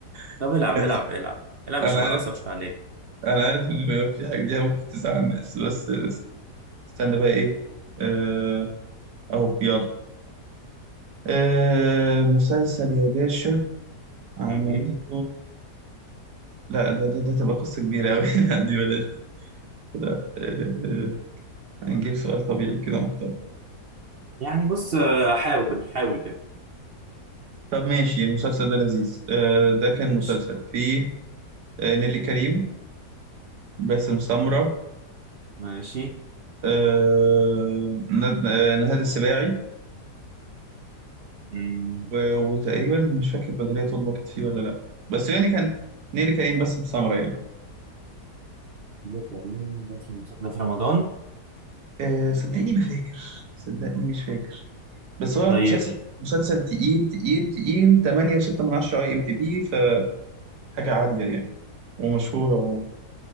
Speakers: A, on the right; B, on the right.
A: <laughs>
B: طب العب
A: يعني
B: العب العب العب
A: أنا
B: عشان ما
A: عارف
B: تعصبش عليك
A: أنا عارف إن في حاجة دي ممكن تزعل الناس بس است- استنى بقى إيه أه... أهو يلا آه مسلسل يا باشا عملته
B: مهم.
A: لا ده ده ده تبقى قصة كبيرة أوي <laughs> لا دي بلاش دي كده آه، آه، هنجيب سؤال طبيعي كده محترم
B: يعني بص آه، حاول حاول كده
A: طب ماشي المسلسل ده لذيذ آه ده كان
B: ماشي
A: مسلسل فيه آه نيلي كريم باسم سمرة
B: ماشي
A: آه ند- آه، نهاد السباعي
B: مم.
A: و- وتقريبا مش فاكر بدرية طلبة كانت فيه ولا لأ بس يعني كان نيلي كريم باسم سمرة يعني
B: ده كريم ده في ده في رمضان
A: آه صدقني ما فاكر صدقني مش فاكر بس هو
B: طيب
A: مسلسل مسلسل تقيل تقيل تقيل 8 و6 من 10 اي ام دي بي فحاجة عالية يعني ومشهورة